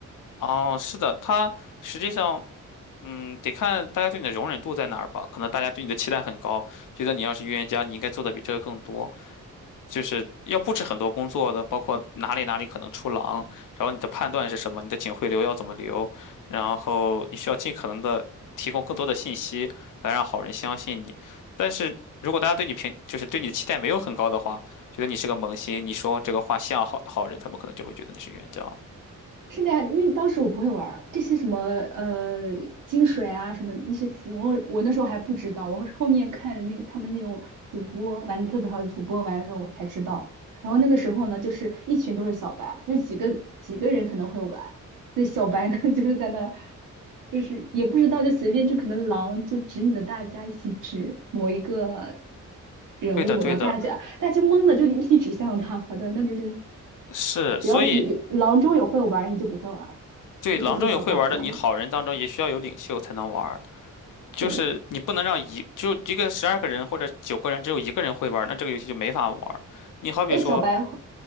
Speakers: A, on the left (about 75°); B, on the right (about 80°).
A: 哦，是的，他实际上，嗯，得看大家对你的容忍度在哪儿吧。可能大家对你的期待很高，觉得你要是预言家，你应该做的比这个更多。就是要布置很多工作的，包括哪里哪里可能出狼，然后你的判断是什么，你的警徽流要怎么留，然后你需要尽可能的提供更多的信息来让好人相信你。但是如果大家对你评，就是对你的期待没有很高的话，觉得你是个萌新，你说这个话像好好人，他们可能就会觉得你是冤家
B: 是那样的，因为当时我不会玩儿这些什么呃金水啊什么那些词，我我那时候还不知道，我是后面看那个他们那种主播玩的特别好主播玩的时候我才知道。然后那个时候呢，就是一群都是小白，就几个几个人可能会玩，所以小白呢 <laughs> 就是在那儿就是也不知道就随便就可能狼就指引着大家一起指某一个人物，
A: 对的，对的，
B: 然后大家大家懵的就一起指向他。好的，那就就是
A: 是，
B: 只要有有狼中有会玩儿你就不会玩儿了
A: 所以对狼中有会玩的，
B: 就这些小白就完全
A: 你好人当中也需要有领袖才能玩。就是你不能让一就一个十二个人或者九个人只有一个人会玩那这个游戏就没法玩你好比说，
B: 对，而且小白会